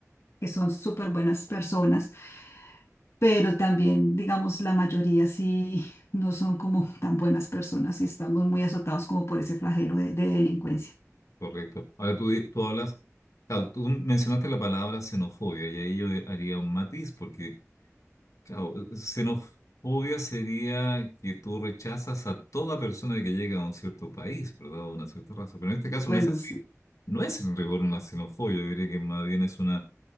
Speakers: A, on the left (about 55°); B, on the left (about 75°).
A: que son súper buenas personas pero también, digamos, la mayoría sí no son como tan buenas personas y estamos muy azotados como por ese flagelo de, de delincuencia.
B: correcto. Ahora tú, di- tú hablas, claro, tú mencionaste la palabra xenofobia y ahí yo haría un matiz, porque, claro, xenofobia sería que tú rechazas a toda persona que llega a un cierto país, ¿verdad? a una cierta raza. Pero en este caso
A: Bueno,
B: no es así.
A: sí.
B: No es en rigor una xenofobia, yo diría que más bien es una